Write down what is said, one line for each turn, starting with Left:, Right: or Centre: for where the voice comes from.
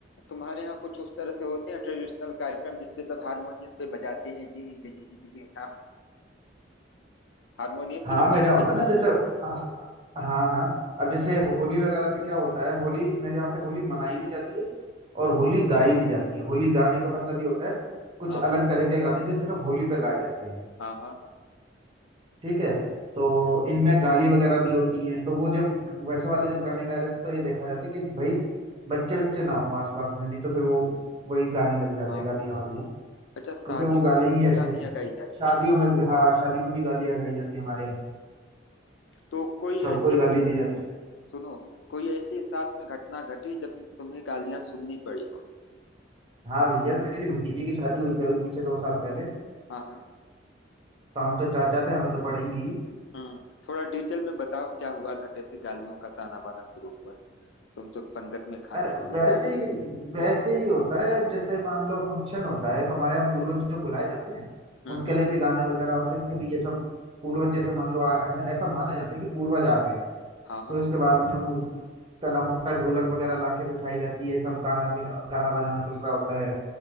Left: तुम्हारे यहाँ कुछ उस तरह से होते हैं ट्रेडिशनल कार्यक्रम जिसपे सब हारमोनियम पे बजाते हैं जी जी जी जी जी जी, हाँ हारमोनियम
Right: हाँ
Left: पे जो
Right: मेरा
Left: गाने
Right: होता
Left: बजते
Right: ना
Left: हैं
Right: जैसे हाँ हाँ हाँ। अब जैसे होली वगैरह पे क्या होता है होली मेरे यहाँ पे होली मनाई भी जाती है और होली गाई भी जाती है होली गाने का मतलब ये होता है कुछ
Left: हाँ
Right: अलग
Left: हाँ
Right: तरह के गाने जो सिर्फ होली पे गाए जाते हैं
Left: हाँ हाँ
Right: ठीक है तो
Left: हम्म,
Right: इनमें गाली वगैरह भी होती हैं तो वो जब वैसे वाले जब गाने गाए जाते हैं तो ये देखा जाता है कि भाई बच्चे बच्चे ना हो आसपास में नहीं तो फिर वो वही गाने लग जाते
Left: हाँ
Right: हैं गालियाँ
Left: हाँ।
Right: वालियाँ
Left: अच्छा शादियों
Right: क्योंकि वो गाली
Left: में भी
Right: ही
Left: तो
Right: ऐसे
Left: गालियां
Right: हैं
Left: गाई जाती
Right: शादियों
Left: हैं
Right: में भी हाँ शादियों में भी गालियाँ गाई जाती है हमारे यहाँ
Left: तो कोई
Right: सबको
Left: ऐसी
Right: ही गाली दी जाती है
Left: सुनो कोई ऐसी साथ में घटना घटी जब तुम्हें गालियां सुननी पड़ी हो
Right: हाँ भैया मेरी भतीजी की शादी हुई थी अभी पीछे दो साल पहले
Left: हाँ हाँ
Right: तो हम तो चाचा थे हमें तो पड़ेंगी ही।
Left: हम्म थोड़ा डिटेल में बताओ क्या हुआ था कैसे गालियों का ताना बाना शुरू हुआ तुम सब पंगत में खाने
Right: अरे
Left: के लिए
Right: वैसे
Left: बैठे
Right: ही वैसे ही होता है अब जैसे मान लो फंक्शन होता है एक हमारे यहाँ पूर्वज जो बुलाए जाते हैं
Left: हम्म
Right: उनके
Left: हम्म
Right: लिए भी गाने वगैरह होते हैं कि भाई ये सब पूर्वज जैसे मान लो आए हैं ऐसा माना जाता है कि पूर्वज आ गए हैं
Left: हाँ
Right: फिर
Left: हाँ
Right: उसके बाद में वो क्या नाम होता है ढोलक वगैरह लाके बिठाई जाती है सब गाना भी गाना बजाना चल रहा होता है